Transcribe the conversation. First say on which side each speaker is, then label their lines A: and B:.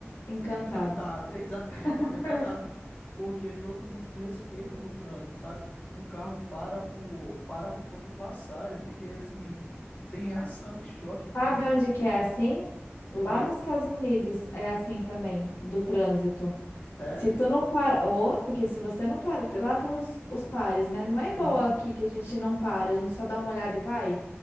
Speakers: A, on the left (about 70°); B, on the left (about 35°).
A: Encantado.
B: é, encantado. Exatamente, a palavra
A: <laughs>
B: é encantado. Porque todo mundo se respeita no trânsito, sabe? Um carro para pro, para pro outro passar. Eu fiquei assim. Sem reação, em choque com
A: Sabe
B: tudo.
A: onde que é assim? Lá
B: Oi?
A: nos Estados Unidos é assim também, do trânsito.
B: Sério?
A: Se tu não para, ou, porque se você não para, tem- lá tem os, os pares, né? Não é igual
B: Uhum.
A: aqui que a gente não para, a gente só dá uma olhada e vai.